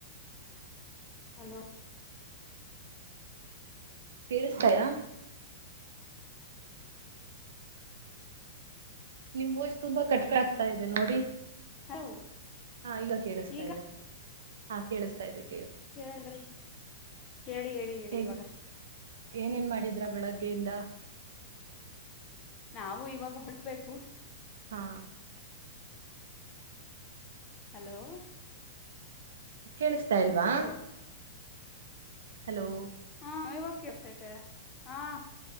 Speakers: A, on the left; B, on the right.
A: ಹಲೋ
B: ಕೇಳಿಸ್ತಾಯಾ ನಿಮ್ ವಯ್ಸ್ ತುಂಬಾ ಕಟ್ಕೆ ಆಗ್ತಾ ಇದೆ ನೋಡಿ
A: ಹಲೋ
B: ಹಾ ಈಗ ಕೇಳಿಸ್ತಾ
A: ಈಗ
B: ಇದೆ ಹಾ ಕೇಳಿಸತ ಇದ್ದವಿ
A: ಹೇಳ್ರಿ ಹೇಳಿ ಹೇಳಿ ಹೇಳಿ
B: ಹೇಗೆ
A: ಇವಾಗ
B: ಏನೇನ್ ಮಾಡಿದ್ರ ಬೆಳಗ್ಗೆಯಿಂದ
A: ನಾವು ಇವಾಗ ಹೊಟ್ಬೇಕು
B: ಹಾ
A: ಹಲೋ
B: ಕೇಳಿಸ್ತಾ ಇಲ್ವಾ
A: ಹಲೋ
B: ಹಲೋ
A: ಹಾ ಇವಕ್ಯಸೈತೆ ಹಾ